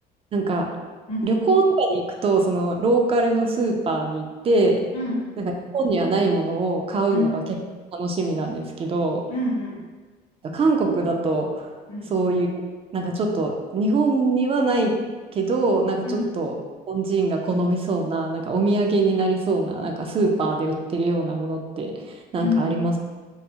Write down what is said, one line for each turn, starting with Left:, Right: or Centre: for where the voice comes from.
Right: なんか、
Left: うん、
Right: 旅行とかに行くと、そのローカルのスーパーに行って、
Left: うん、
Right: なんか日本にはないものを買うのが結構楽しみなんですけど、
Left: うん、うん、うん、
Right: 韓国だと、
Left: うん、
Right: そういう、なんかちょっと、日本にはないけど、なんかちょっと、
Left: うん、
Right: 日本人が好みそうな、なんかお土産になりそうな、なんかスーパーで売ってるようなものって、なんかあります。
Left: うん。